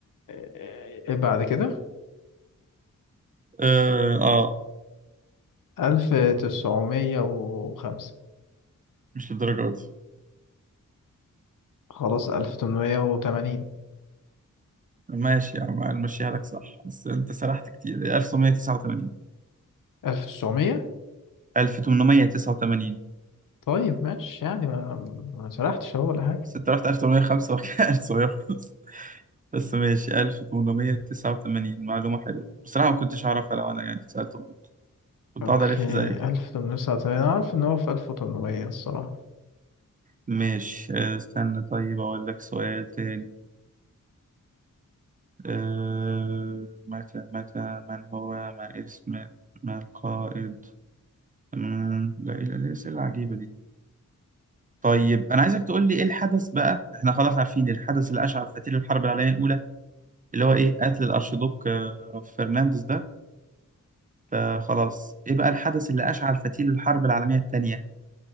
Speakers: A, on the left (about 75°); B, on the right (about 25°).
A: آه، إيه، بعد كده
B: اه آه،
A: ألف تسعمية وخمسة
B: مش للدرجة دي
A: خلاص ألف تمنمية وتمانين
B: ماشي يا عم المشيها لك صح بس انت سرحت كتير 1989
A: ألف تسعمية
B: 1889
A: طيب ماشي يعني ما ما سرحتش أهو ولا حاجة
B: بس انت رحت 1805 وكان 1905 <laughs> بس ماشي 1889 معلومة حلوة بصراحة ما كنتش أعرفها لو أنا يعني اتسألت برضه كنت
A: أوكي
B: أقعد ألف زيك كده
A: ألف تمنمية وتسعة وتمانين أنا عارف إن هو في ألف وتمنمية الصراحة
B: ماشي آه، استنى طيب أقول لك سؤال تاني أه متى متى من هو ما اسم ما القائد مم، لا إيه الأسئلة العجيبة دي طيب انا عايزك تقول لي ايه الحدث بقى احنا خلاص عارفين الحدث اللي اشعل فتيل الحرب العالميه الاولى اللي هو ايه قتل الارشيدوك آه، فرنانديز ده فخلاص ايه بقى الحدث اللي اشعل فتيل الحرب العالميه الثانيه